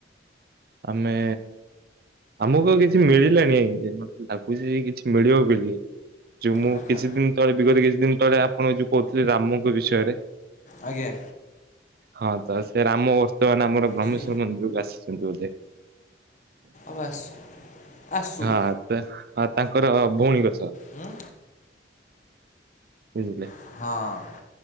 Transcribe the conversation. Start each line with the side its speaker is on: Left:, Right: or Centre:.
Right: ଆମେ ଆମକୁ ଆଉ କିଛି ମିଳିଲାଣି ଆଜ୍ଞ ଲାଗୁଚି ଆଜି କିଛି ମିଳିବ ବୋଲି। ଯୋ ମୁଁ
Left: ଆଚ୍ଛା।
Right: କିଛି ଦିନି ତଳେ ବିଗତ କିଛି ଦିନ ତଳେ ଆପଣ ଯୋ କହୁଥିଲେ ରାମଙ୍କ ବିଷୟରେ।
Left: ଆଜ୍ଞା।
Right: ହଁ ତ ସେରାମ ବର୍ତ୍ତମାନ ଆମର ବ୍ରହ୍ମେଶ୍ଵର
Left: କି
Right: ମନ୍ଦିରକୁ ଆସିଛନ୍ତି ବୋଧେ।
Left: ଅବ୍ ଆସୁ ଆସୁ
Right: ହଁ
Left: ଉଁ
Right: ତ ତାଙ୍କର ଭଉଣୀଙ୍କ ସହ।
Left: ହଁ।
Right: ବୁଝିଲେ?
Left: ହଁ।